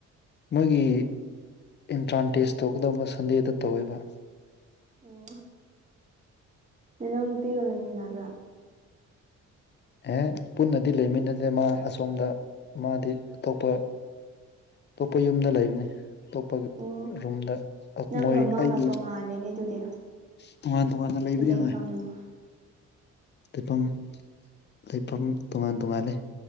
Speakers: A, on the left; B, on the right.
A: ꯃꯣꯏꯒꯤ ꯑꯦꯟꯇ꯭ꯔꯥꯟ꯭ꯁ ꯇꯦꯁ ꯇꯧꯒꯗꯕ ꯁꯟꯗꯦꯗ ꯇꯧꯋꯦꯕ
B: ꯑꯣ ꯅꯪ ꯅꯨꯄꯤꯒ ꯂꯩꯃꯤꯟꯅꯕ꯭ꯔꯥ
A: ꯑꯦ ꯄꯨꯟꯅꯗꯤ ꯂꯩꯃꯤꯟꯅꯗꯦ ꯃꯥ ꯑꯁꯣꯝꯗ ꯃꯥꯗꯤ ꯑꯇꯣꯞꯄ ꯑꯇꯣꯞꯄ ꯌꯨꯝꯗ ꯂꯩꯕꯅꯤ ꯑꯇꯣꯞꯄꯒꯤ
B: ꯑꯣ
A: ꯔꯨꯝꯗ
B: ꯅꯪꯒ
A: ꯃꯣꯏ
B: ꯃꯥꯒ
A: ꯑꯩꯒꯤ
B: ꯇꯣꯡꯉꯥꯜꯂꯦꯅꯦ ꯑꯗꯨꯗꯤ
A: ꯇꯣꯉꯥꯟ ꯇꯣꯉꯥꯟꯅ ꯂꯩꯕꯅꯤ
B: ꯂꯩꯐꯝꯗꯣ
A: ꯍꯣꯏ ꯂꯩꯐꯝ ꯂꯩꯐꯝ ꯇꯣꯉꯥꯟ ꯇꯣꯉꯥꯟꯂꯦ